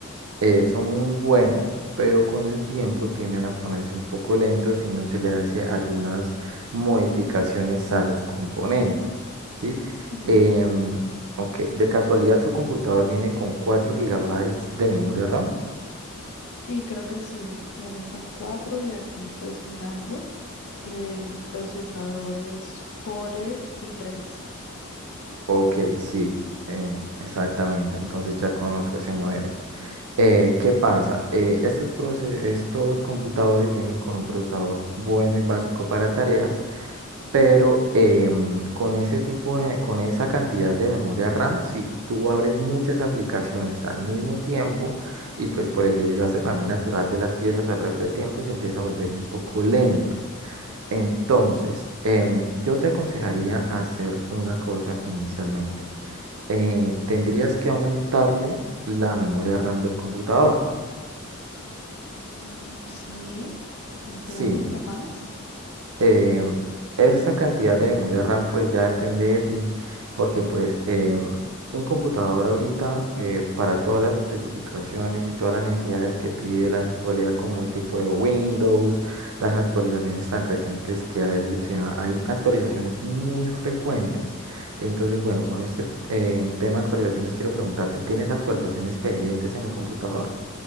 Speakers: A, on the right; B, on the left.
A: eh, son muy buenos, pero con el tiempo tienden a ponerse un poco lentos si no se le hace algunas modificaciones a los componentes, ¿sí?
B: Sí,
A: Em, ok, de casualidad su computador viene con 4 gigabytes de memoria RAM.
B: sí, creo que sí, viene con cuatro y aquí pues mirando, el procesador es Core i tres.
A: Ok, sí, eh, exactamente. Entonces ya conozco ese modelo. Eh, ¿qué pasa? Eh, estos, proces- estos computadores vienen con un procesador bueno y básico para tareas, pero em, con ese tipo de, con esa cantidad de memoria RAM, si tú abres muchas aplicaciones al mismo tiempo y pues por el desgaste también natural de las piezas alrededor de tiempo, se empieza a volver un poco lento. Entonces, em, yo te aconsejaría hacer una cosa inicialmente. Eh, tendrías que aumentarle la memoria RAM del computador.
B: Mm, sí, entiendo,
A: Sí,
B: ¿qué más?
A: Eh, esa cantidad de memoria RAM pues ya depende de ti, porque pues eh, un computador ahorita eh, para todas las especificaciones y todas las necesidades que pide la actualidad como el tipo de Windows, las actualizaciones tan recientes que hay, o sea, hay actualizaciones muy frecuentes. Entonces, bueno, con este eh, tema de actualizaciones quiero preguntarte, ¿tienes actualizaciones pendientes en el computador?